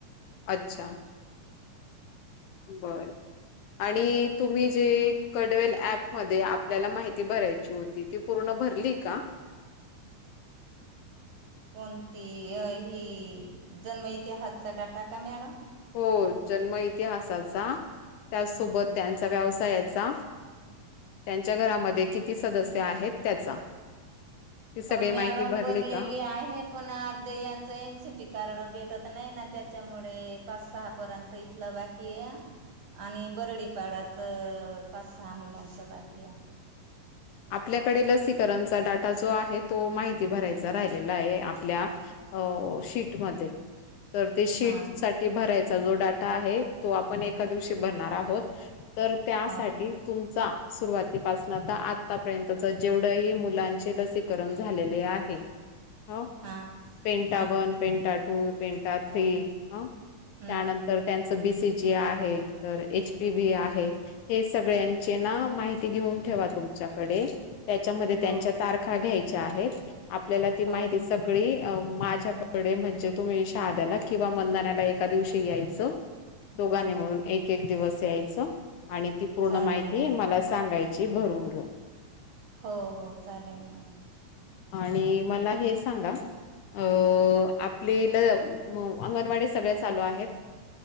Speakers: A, on the left; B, on the right.
A: अच्छा बरं आणि तुम्ही जे कडवेल ऍप मदे आपल्याला माहिती भरायची होती ती पूर्ण भरली का? <inaudible>
B: कोणती अही जन्म इतिहासचा डाटा का मॅडम.
A: हो, जन्म इतिहासाचा त्याचसोबत त्यांचा व्यवसायाचा त्यांच्या घरामध्ये कित ति सदस्य आहेत त्याचा. ती सगळी
B: हो मॅडम
A: माहिती भरली
B: भरलेली
A: का?
B: आहे, पण अर्ध यांच एनसीपी कार्ड भेटत नाही ना त्या त्याच्यामुळे पाच सहा पोरांच इथलं बाकी आहे, आणि बरडीपाडाच पाच सहा मुलांच बाकी आहे.
A: आपल्याकडे लसीकरणचा डाटा जो आहे, तो माहिती भरायचा राहिलेला आहे आपल्या अ शीटमध्ये. तर ते शीट
B: हा
A: साठी भरायच चा जो डाटा आहे, तो आपण एका दिवशी भरणार आहोत. तर त्यासाठी
B: हो
A: तुम चा सुरुवातीपसून आता आ आतापर्यंतच जेवढंही मुलांचे लसीकरण झालेले आहे. हो
B: हा
A: penta one
B: हा
A: penta two penta three हअ
B: हम्म
A: त्यानंतर त्यां च बीसीजी आहे तर एच पी बी आहे, हे सगळ्यांचे ना माहिती घेऊन ठेवा तुमच्या. कडे त्याच्यामध्ये त्यांच्या
B: हो
A: तारखा घ्याय च्या आहेत आपल्याला ती माहिती
B: हो
A: सगळी अ माझ्याकडे म्हणजे तुम्ही शहाद्याला किंवा मंदनाला एका दिवशी यायचं. दोघांनी
B: हो
A: मिळून एक किती दिवस यायचं. आणि ती पूर्ण
B: चालेल
A: माहिती
B: मॅडम
A: मला सांगायची, भरून घेऊ.
B: हो हो चालेल मॅडम.
A: आणि मला हे सांगा अ आपलीला अंगणवाडी सगळ्या चालू आहेत.